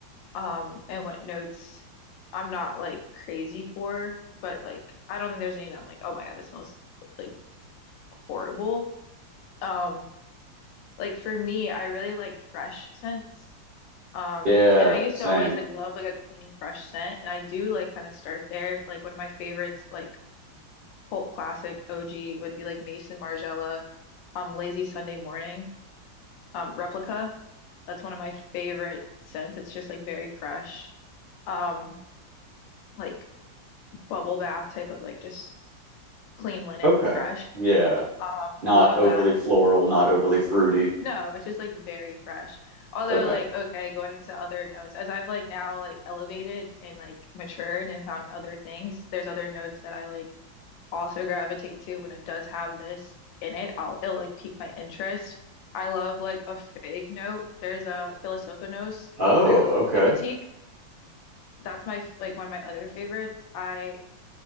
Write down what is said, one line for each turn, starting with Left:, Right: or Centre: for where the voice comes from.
Left: um, and what notes I'm not like crazy for, but like I don't think there's any that I'm like, oh my God, this smells like horrible. Um, like for me, I really like fresh scents. Um,
Right: Yeah,
Left: and I used
Right: same.
Left: to always like love like a clean, fresh scent, and I do like kind of start there. Like one of my favorites, like cult classic OG, would be like Mason Margiela, um, Lazy Sunday Morning, um, Replica. That's one of my favorite scents. It's just like very fresh, um, like bubble bath type of like just clean linen,
Right: Okay.
Left: fresh.
Right: Yeah.
Left: Um,
Right: Not
Left: love
Right: overly
Left: that.
Right: floral, not overly fruity.
Left: No, it's just like very fresh. Although
Right: Okay.
Left: like okay, going into other notes as I've like now like elevated and like matured and found other things, there's other notes that I like also gravitate to when it does have this in it. I'll it'll like pique my interest. I love like a fake note. There's a Philosophonos
Right: Oh,
Left: through
Right: okay.
Left: Diptyque. That's my f- like one of my other favorites. I